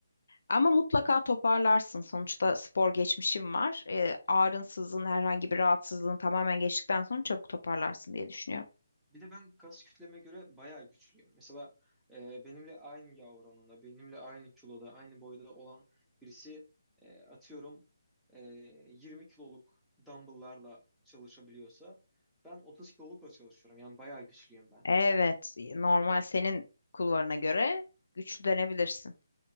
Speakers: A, on the left; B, in the centre.
A: Ama mutlaka toparlarsın. Sonuçta spor geçmişim var. Ee, ağrınsızlığın, herhangi bir rahatsızlığın tamamen geçtikten sonra çabuk toparlarsın diye düşünüyorum.
B: Bir de ben kas kütleme göre bayağı güçlüyüm. Mesela e, benimle aynı yağ oranında, benimle aynı kiloda, aynı boyda olan birisi e, atıyorum e, 20 kiloluk dumbbell'larla çalışabiliyorsa ben 30 kilolukla çalışıyorum. Yani bayağı güçlüyüm ben.
A: Evet, normal senin kulvarına göre güçlü denebilirsin.